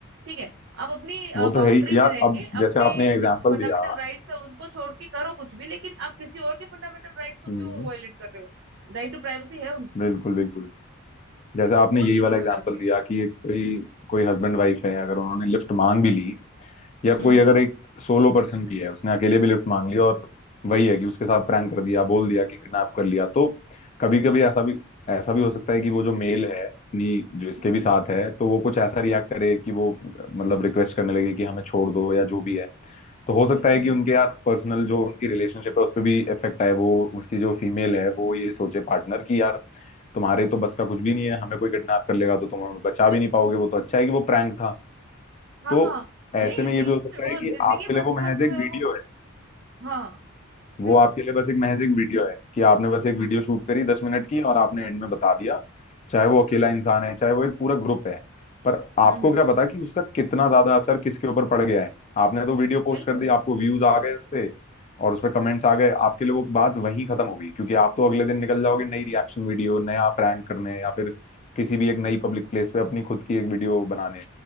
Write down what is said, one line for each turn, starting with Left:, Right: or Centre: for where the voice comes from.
Right: ठीक है आप अपनी
Left: वो
Right: बाउंड्री
Left: तो है ही
Right: में
Left: यार
Right: रह
Left: अब
Right: के अपने
Left: जैसे आपने एग्जाम्पल
Right: जो फंडामेंटल
Left: दिया
Right: राइट्स है उनको छोड़ के करो कुछ भी लेकिन आप किसी और के फंडामेंटल राइट्स को क्यों
Left: हम्म
Right: वायलेट कर रहे हो राइट टू प्राइवेसी है उनको
Left: बिल्कुल बिल्कुल जैसे
Right: तो
Left: आपने
Right: वो
Left: यही
Right: चीजें
Left: वाला
Right: हो
Left: एग्जाम्पल
Right: जाती
Left: दिया
Right: है
Left: कि कोई कोई हस्बैंड वाइफ है अगर उन्होंने लिफ्ट मांग भी ली या
Right: हम्म
Left: कोई अगर
Right: हम्म
Left: एक सोलो पर्सन भी है उसने अकेले भी लिफ्ट मांग लिया और वही है कि उसके साथ प्रैंक कर दिया बोल दिया कि किडनैप कर लिया तो कभी कभी ऐसा भी ऐसा भी हो सकता है कि वो जो मेल है अपनी जो इसके
Right: हम्म,
Left: भी
Right: हम्म,
Left: साथ है तो वो कुछ ऐसा रिएक्ट करे कि वो मतलब रिक्वेस्ट करने लगे कि हमें छोड़ दो या जो भी है तो हो सकता
Right: बिल्कुल
Left: है कि उनके यार पर्सनल जो उनकी रिलेशनशिप है उस पर भी इफेक्ट आए वो उसकी जो फीमेल है वो ये सोचे पार्टनर कि यार तुम्हारे तो बस का कुछ भी नहीं है हमें कोई किडनैप कर लेगा तो तुम हमें बचा
Right: पर-
Left: भी नहीं पाओगे वो तो अच्छा है कि वो प्रैंक था
Right: हाँ
Left: तो
Right: हाँ
Left: ऐसे
Right: अरे
Left: में ये
Right: बिल्कुल
Left: भी हो सकता
Right: वो
Left: है कि
Right: जिंदगी
Left: आपके लिए
Right: भर
Left: वो
Right: का
Left: महज
Right: जो
Left: एक
Right: है
Left: वीडियो
Right: वो
Left: है
Right: हाँ
Left: वो
Right: बिल्कुल
Left: आपके लिए बस एक महज एक वीडियो है कि आपने बस एक वीडियो
Right: हम्म
Left: शूट करी दस मिनट की और आपने एंड में बता दिया चाहे वो अकेला इंसान है चाहे वो एक पूरा ग्रुप है पर आपको
Right: हम्म हम्म,
Left: क्या पता कि उसका कितना ज्यादा असर किसके ऊपर पड़ गया है आपने तो वीडियो पोस्ट
Right: बिल्कुल
Left: कर दी आपको व्यूज आ गए उससे और उस पर कमेंट्स आ गए आपके लिए वो बात वहीं खत्म हो गई क्योंकि आप तो अगले दिन निकल जाओगे नई रिएक्शन वीडियो नया प्रैंक करने या फिर किसी भी एक नई पब्लिक प्लेस पे अपनी खुद की एक वीडियो बनाने